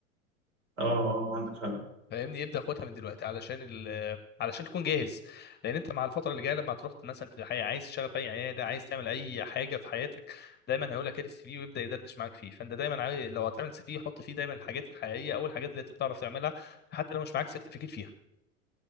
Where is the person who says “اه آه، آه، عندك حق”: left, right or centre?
Right